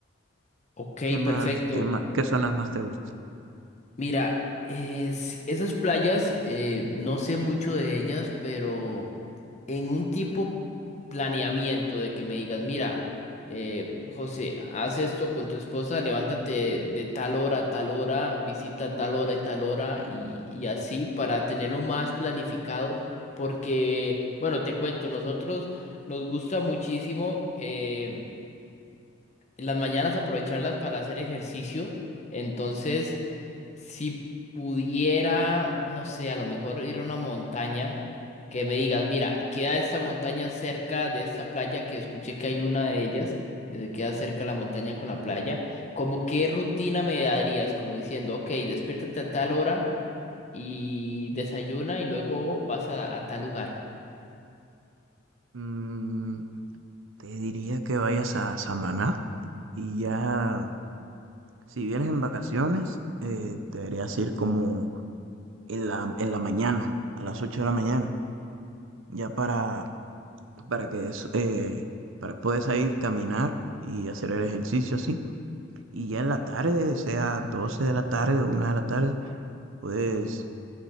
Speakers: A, on the left (about 35°); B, on the right (about 70°).
A: Ok,
B: ¿Qué más,
A: perfecto.
B: qué más, qué zonas más te gustan?
A: Mira, es- esas playas, eh, no sé mucho de ellas, pero en un tipo planeamiento de que me digas, mira, eh, José, haz esto con tu esposa, levántate de tal hora a tal hora, visita tal hora y tal hora y, y así para tenerlo más planificado, porque, bueno, te cuento, nosotros nos gusta muchísimo em, las mañanas aprovecharlas para hacer ejercicio, entonces... Si pudiera, no sé, a lo mejor ir a una montaña que me digan, mira, queda esta montaña cerca de esta playa, que escuché que hay una de ellas, que se queda cerca la montaña con la playa, como qué rutina me darías, como diciendo, ok, despiértate a tal hora y desayuna y luego vas a, a tal lugar.
B: Mm, te diría que vayas a Samaná y ya Si vienes en vacaciones, eh, deberías ir como en la, en la mañana, a las 8 de la mañana, ya para, para que es- eh, para puedes ir caminar y hacer el ejercicio así. Y ya en la tarde, sea 12 de la tarde o 1 de la tarde, puedes,